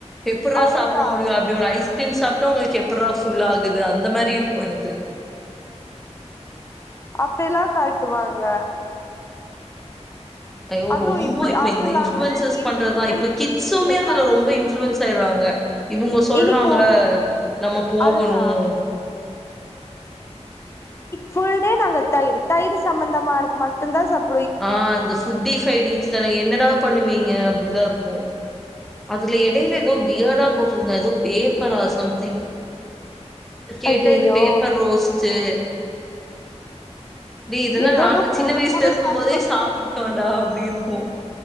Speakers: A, in the centre; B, on the left.
A: எப்ட்ரா
B: அதுதா
A: சாப்பட முடியும் அப்டிய ஒரு ஐ ஐஸ்கிரீம் சாப்பட்டு உங்களுக்கு எப்புட்ரா ஃபுல்லாகுது அந்த மாரி இருக்கும் எனக்கு
B: அப்டியெல்லாம் காட்டுவாங்க
A: ஐயோ
B: அதுவு
A: ரொம்ப
B: இப்டி
A: இப்ப
B: அது
A: இந்த
B: இல்லாம
A: இன்ஃளுவன்சஸ் பண்றதுதான்
B: இந்த மாரி
A: இப்ப கிட்ஸுமே
B: இருப்பாங்க
A: அதுல ரொம்ப இன்ளுவன்ஸ் ஆயடுறாங்க ங்க இவங்க சொல்றாங்கள
B: இன்னைக்கு
A: நம்ம போகணும்
B: அதுதா புல்டே நாங்க தயிர் தயிர் சம்பந்தமானது மட்டும் தான் சாப்
A: ஆ அந்த ஃபுட்டீஸ் பைண்டிங் அத என்னடா பண்ணுவீங்க அப்டி இத இருக்கும் அதுல இடயில ஏதோ வியர்டா போட்டிருந்தா ஏதோ பேப்பரா சம்திங் கேட்ட
B: ஐயையோ
A: இது பேப்பர் ரோஸ்ட்டு அப்டி இதெல்லாம்
B: ஏதோ
A: நாங்க
B: ஏதோ
A: சின்ன
B: புது
A: வயசுல
B: புதுசா
A: இருக்கும் போதே சாப்பட்டோடா அப்டி இருக்கும்